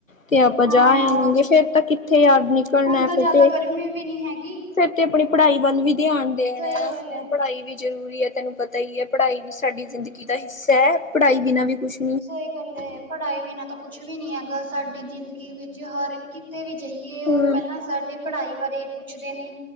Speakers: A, on the left; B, in the centre.
A: ਤੇ ਆਪਾਂ
B: ਹਾਂ
A: ਜਾ
B: ਯਾਰ
A: ਆਵਾਂਗੇ, ਫੇਰ ਤਾਂ ਕਿੱਥੇ ਯਾਦ ਨਿਕਲਣਾ
B: ਹੁਣ ਤਾਂ
A: ਫਿਰ
B: ਜ਼ਿਆਦਾ
A: ਤੇ
B: ਗਰਮੀ ਵੀ ਨਹੀਂ ਹੈਗੀ
A: ਫੇਰ ਤੇ ਆਪਣੀ ਪੜ੍ਹਾਈ ਵੱਲ ਵੀ ਧਿਆਨ ਦੇਣ
B: ਸਹੀ
A: ਐ,
B: ਗੱਲ ਏ
A: ਪੜ੍ਹਾਈ ਵੀ ਜ਼ਰੂਰੀ ਐ, ਤੈਨੂੰ ਪਤਾ ਹੀ ਐ। ਪੜ੍ਹਾਈ ਵੀ ਸਾਡੀ ਜ਼ਿੰਦਗੀ ਦਾ ਹਿੱਸਾ ਐ, ਪੜ੍ਹਾਈ ਬਿਨਾਂ ਵੀ ਕੁੱਛ
B: ਸਹੀ ਗੱਲ ਐ, ਪੜ੍ਹਾਈ ਵੀ ਨਾ ਤਾਂ ਕੁੱਛ ਵੀ ਨਹੀਂ ਹੈਗਾ ਸਾਡੀ ਜ਼ਿੰਦਗੀ ਵਿੱਚ ਹਰ ਕਿਤੇ ਵੀ ਜਾਈਏ, ਉਹ
A: ਹਮ
B: ਪਹਿਲਾਂ ਸਾਡੇ ਪੜ੍ਹਾਈ ਬਾਰੇ ਪੁੱਛਦੇ ਨੇ।